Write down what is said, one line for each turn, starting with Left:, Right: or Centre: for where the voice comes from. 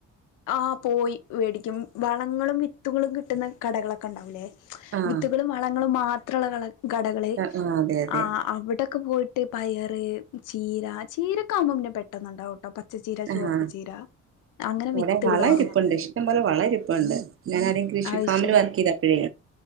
Left: ആഹ് പോയി വേടിക്കും വളങ്ങളും വിത്തുകളും കിട്ടുന്ന കടകളൊക്കെ ഇണ്ടാവൂലേ?
Right: ആഹ്
Left: വിത്തുകളും വളങ്ങളും മാത്രമുള്ള കടകള്
Right: ആഹ് അതെ അതെ
Left: ആഹ് അവിടൊക്കെ പോയി ട്ട് പയറ് ചീര ചീരക്കെ ആവുമ്പോ പിന്നെ പെട്ടെന്നുണ്ടാവും കേട്ടോ പച്ചച്ചീര ചെവപ്പ്
Right: ആഹ്
Left: ചീര അങ്ങനെ
Right: ഇവിടെ
Left: വിത്തുകള്
Right: വള
Left: വാങ്ങും
Right: ഇരിപ്പുണ്ട് ഇഷ്ടം പോലെ വളരിപ്പുണ്ട് ഞാനദ്യം കൃഷി
Left: അത്
Right: ഫാമിൽ
Left: ശരി
Right: വർക്ക് ചെയ്തപ്പഴേ